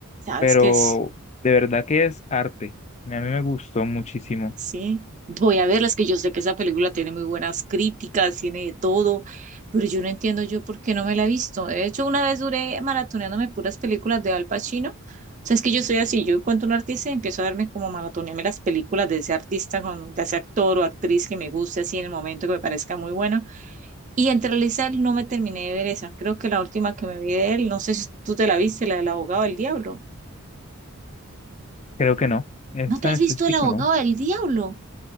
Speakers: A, on the right (about 35°); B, on the left (about 30°).
A: Sabes
B: pero
A: que es
B: de verdad que es arte. A mí me gustó muchísimo.
A: Sí, voy a verlas, que yo sé que esa película tiene muy buenas críticas, tiene de todo, pero yo no entiendo yo por qué no me la he visto. De hecho, una vez duré maratoneándome puras películas de Al Pacino. O sea, es que yo soy así, yo encuentro un artista y empiezo a darme como maratonearme las películas de ese artista, con- de ese actor o actriz que me guste así en el momento que me parezca muy buena. Y entre Lisa no me terminé de ver esa. Creo que la última que me vi de él, no sé si tú te la viste, la del abogado del diablo.
B: Creo que no. Esa
A: ¿No te has
B: en
A: visto
B: específico
A: el abogado
B: no.
A: del diablo?